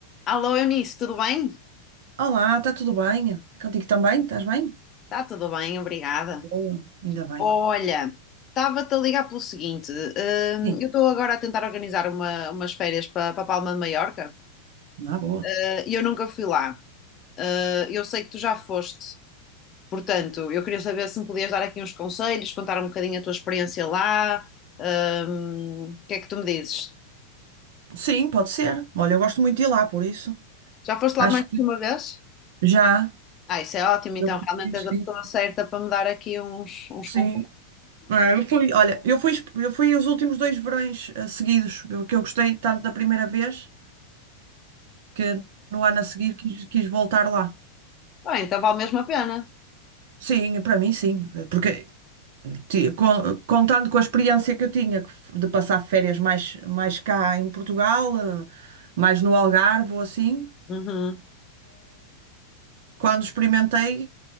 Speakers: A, on the left; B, on the right.
A: Alô, Eunice, tudo bem?
B: Olá, está tudo bem? Contigo também? Estás bem?
A: Está tudo bem, obrigada.
B: Boa, ainda bem.
A: Olha, estava-te a ligar pelo seguinte: hum,
B: Sim,
A: eu estou agora a tentar organizar uma- umas férias para para Palma de Maiorca
B: ah, boa.
A: eh, e eu nunca fui lá. Eh, eu sei que tu já foste, portanto, eu queria saber se me podias dar aqui uns conselhos, contar um bocadinho a tua experiência lá. hum, o que é que tu me dizes?
B: Sim, pode ser. Olha, eu gosto muito de ir lá, por isso.
A: Já foste lá
B: Acho
A: mais que
B: que
A: uma vez?
B: já.
A: Ah, isso é ótimo, então
B: Eu fui,
A: realmente és
B: sim.
A: a pessoa certa para me dar aqui uns, uns
B: Sim.
A: conselhos.
B: É, eu fui, olha, eu fui, eu fui os últimos dois verões eh, seguidos, que eu gostei tanto da primeira vez que no ano a seguir quis, quis voltar lá.
A: Bem, então vale mesmo a pena.
B: Sim, para mim sim, porque ti- con- contando com a experiência que eu tinha que f- de passar férias mais, mais cá em Portugal, eh, mais no Algarve ou assim,
A: Uhum.
B: Quando experimentei,